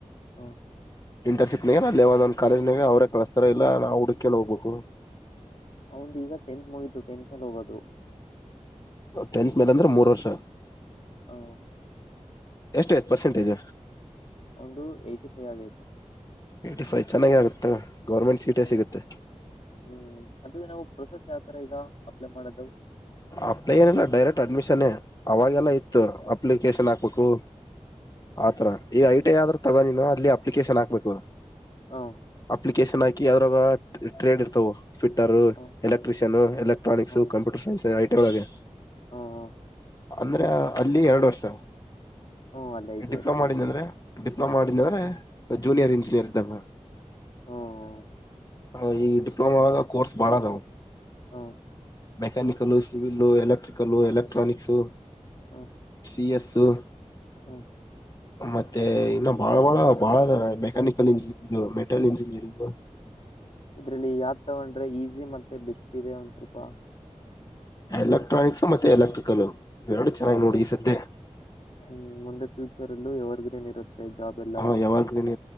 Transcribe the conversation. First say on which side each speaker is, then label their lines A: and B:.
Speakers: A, on the left (about 55°); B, on the left (about 30°).
A: ಹ್ಮ.
B: ಇಂಟರ್ನ್ಶಿಪ್ನಾಗ ಅಲ್ಲಿೇ ಒಂದೊಂದು ಕಾಲೇಜ್ನಾಗ ಅವರೇ ಕಳಸ್ತಾರ ಇಲ್ಲ ನಾವು ಹುಡುಕೊಂಡ ಹೋಗ್ಬೇಕು.
A: ಅವಂದ ಈಗ ಟೆಂತ್ ಮುಗಿತು ಟೆಂತ್ ಮಲ್ಲಿ ಹೋಗೋದು.
B: ಟೆಂತ್ ಮೇಲೆ ಅಂದ್ರೆ ಮೂರು ವರ್ಷ.
A: ಹ.
B: ಎಷ್ಟು ಆಯ್ತು ಪರ್ಸೆಂಟೇಜ್.
A: ಒಂದು ಏಟಿಫೖ ಆಗೈತೆ.
B: ಏ್ಟಿ ಫೈವ ಚೆನ್ನಾಗ ಆಗುತ್ತ ಗೌರ್ಮೆಂಟ್ ಸೀಟೇ
A: ಹ್ಮ್
B: ಸಿಗುತ್ತೆ.
A: ಹ್ಮ್ ಅದ ನಾವು ಪ್ರೊಸೆಸ್ ಯಾವ ತರ ಈಗ ಅಪ್ಲೈ ಮಾಡೋದು
B: ಅಪ್ಲೈ ಏನಲ್ಲ ಡೈರೆಕ್ಟ್ ಅಡ್ಮಿಷನ್. ಅವಾಗೆಲ್ಲ ಇತ್ತು ಅಪ್ಲಿಕೇಶನ್ ಹಾಕ್ಬೇಕು ಆತರ ಈ ಐ ಟಿ ಆದ್ರರು ತಗೋ ನೀನು ಅಲ್ಲಿ ಅಪ್ಲಿಕೇಶನ್ ಹಾಕ್ಬೇಕು
A: ಹ
B: ಅಪ್ಲಿಕೇಶನ್ ಹಾಕಿ ಅದ್ರ ಟ್ರೆ ಟ್ರೇಡ್ ಇರ್ತವೆ ಫಿಟ್ಟರ್
A: ಹ
B: ಎಲೆಕ್ಟ್ರ ಎಲ ಎಲೆಕ್ಟ್ರಾನಿಕ್ಸ್
A: ಹ್ಮ
B: ಕಂಪ್ಯೂಟರ್ ಸೈನ್ಸ್ ಐಟ ಒಳಗೆ
A: ಹ್ಮ್
B: ಅಂದ್ರೆ ಅಲ್ಲಿ ಎರಡು ವರ್ಷ
A: ಹ್ಮ್ ಅಲ್ಲೇ ಐಟಿ
B: ಡಿಪ್ಲೊಮಾ
A: ಅಲ್ಲಿ ಹ್ಮ್
B: ಮಾಡಿದ್ದದ್ರೆ ಡಿಪ್ಲೊಮಾ ಮಾಡಿದ್ದದ್ರೆ ಜೂನಿಯರ್ ಇಂಜಿನಿಯರ್ ತಗೊ
A: ಹ್ಮ್
B: ಹ ಈ ಡಿಪ್ಲೊಮ ಗ ಕೋರ್ಸ್ ಬಾಳ್ ಅದವು
A: ಹಾ.
B: Mechanical civil electrical electronics.
A: ಹಾ
B: ಸಿ ಎಸ್ಸು
A: ಹ
B: ಮತ್ತೆ ಇನ್ನು ಬಾಳ ಬಾಳ ಬಾಳ ಮೆಕ್ಯಾನಿಕಲ್ ಇಂಜಿನಿಯರಿಂಗ ಮೆಟಲ್ ಇಂಜಿನಿಯರಿಂಗ್ ಹ <inaudible>
A: ಇದ್ರಲ್ಲಿ ಯಾವ್ ತಗೊಂಡ್ರೆ ಈಸಿ ಮತ್ತೆ ಬೆಸ್ಟ್ ಇದೆ ಒಂದ್ ಸ್ವಲ್ಪ
B: ಎಲೆಕ್ಟ್ರಾನಿಕ್ಸ್ ಮತ್ತೆ ಎಲೆಕ್ಟ್ರಿಕಲ್ ಇವೆರಡು ಚೆನ್ನಾಗಿ ನೋಡು ಇಸತ್ತೆ
A: ಹ್ಮ್ ಮುಂದೆ ಫ್ಯೂಚರ್ಲ್ಲೂ ಯವರ್ಗ್ರೇನ್ ಇರುತ್ತೆ ಜಾಬ್ ಎಲ್ಲ
B: ಹ ಯಾವಾಗ್ಲೂನು